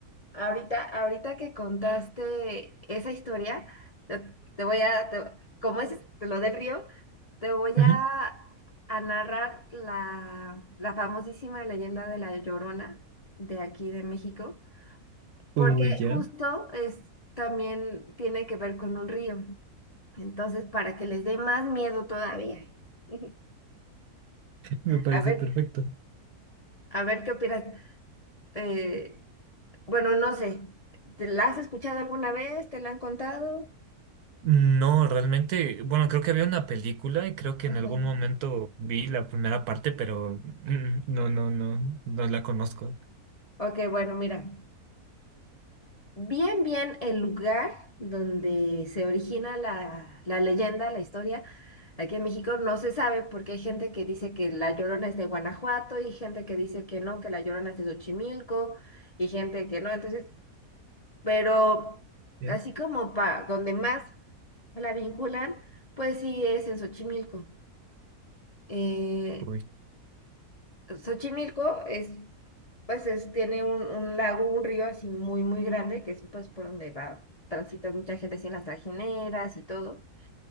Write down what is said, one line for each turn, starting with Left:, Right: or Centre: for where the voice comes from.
Left: Ahorita, ahorita que contaste esa historia, te, te voy a, te- como es te lo del río, te voy
Right: Ujú.
Left: a, a narrar la, la famosísima leyenda de la Llorona de aquí de México, porque
Right: Uy, ya,
Left: justo es, también tiene que ver con un río. Entonces, para que les dé más miedo todavía. <laughs>
Right: me parece
Left: A ver,
Right: perfecto.
Left: a ver qué opinas. Eh, bueno, no sé, ¿te la has escuchado alguna vez? ¿Te la han contado?
Right: No, realmente, bueno, creo que había una película y creo que
Left: Ujú.
Right: en algún momento vi la primera parte, pero mm, no, no, no, no la conozco.
Left: Ok, bueno, mira, bien, bien el lugar donde se origina la, la leyenda, la historia, aquí en México no se sabe porque hay gente que dice que La Llorona es de Guanajuato y gente que dice que no, que La Llorona es de Xochimilco y gente que no, entonces, pero
Right: Ya,
Left: así como para donde más la vinculan, pues sí es en Xochimilco. Eh,
Right: uy,
Left: Xochimilco es, pues es, tiene un, un lago, un río así muy, muy grande, que es pues por donde va, transita mucha gente así en las trajineras y todo.